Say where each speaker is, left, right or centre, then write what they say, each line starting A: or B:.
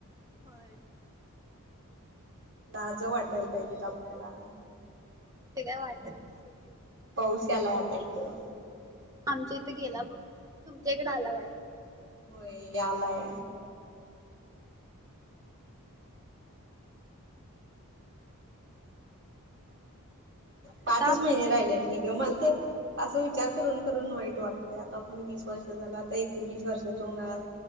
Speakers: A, on the right; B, on the right.
A: होय
B: लाज वाटायला पाहिजेत, आपल्याला
A: ते काय वाटत नाही सोड
B: पाऊसला हाता येतं
A: आमच्या इथं गेला, ब तुमच्या इकडें आला वड
B: होय, यालाय
A: आता
B: पाचच महिने राहिलेत, की ग मला तर असं विचार करून करून वाईट वाटते, आता आपण वीस वर्ष झालं आता एक वीस वर्षाच होणार